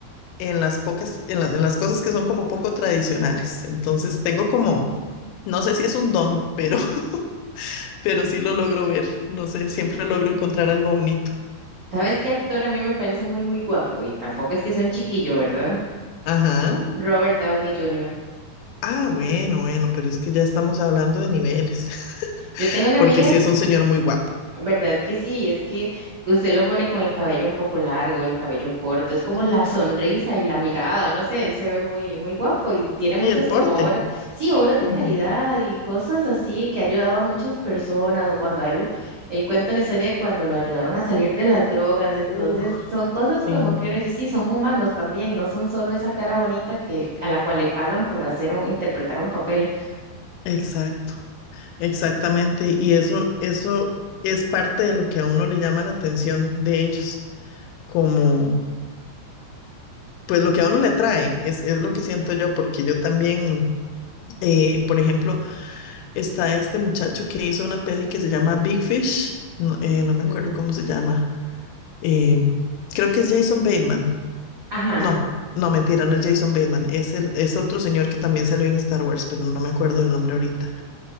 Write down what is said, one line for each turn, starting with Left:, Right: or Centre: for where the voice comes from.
Left: en las pocas, en la- en las cosas que son como poco tradicionales. Entonces tengo como, no sé si es un don, pero, <laughs> pero sí lo logro ver, no sé, siempre logro encontrar algo bonito.
Right: ¿Sabes qué actor a mí me parece muy, muy guapo? Y tampoco es que sea un chiquillo, ¿verdad?
Left: Ajá.
Right: Robert Downey Jr.
Left: Ah, bueno, bueno, pero es que ya estamos hablando de niveles, <laughs>
Right: Yo tengo una
Left: porque
Right: amiga
Left: sí es un señor muy guapo.
Right: ¿Verdad que sí? Es que usted lo pone con el cabello un poco largo, el cabello corto, es como
Left: Mm,
Right: la sonrisa y la mirada, no sé, él se ve muy, muy guapo y tiene muchas
Left: y el porte.
Right: como obras, sí, obras de
Left: Ujú.
Right: caridad y cosas así que ha ayudado a muchas personas o cuando a él, él cuenta una historia de cuando lo ayudaron a salir de las drogas, entonces
Left: Uf,
Right: son cosas
Left: sí,
Right: como que uno dice, sí, son humanos también, no son solo esa cara bonita que, a la cual le pagan por hacer un, interpretar un papel.
Left: exacto. Exactamente, y eso, eso es parte de lo que a uno le llama la atención de ellos, como pues lo que a uno le trae, es, es lo que siento yo, porque yo también, eh, por ejemplo, está este muchacho que hizo una peli que se llama Big Fish, no, eh, no me
Right: Ujú.
Left: acuerdo cómo se llama, eh, creo que es Jason Bateman,
Right: Ajá.
Left: no, no, mentira, no es Jason Bateman, es, el, es otro señor que también salió en Star Wars, pero no me acuerdo el nombre ahorita.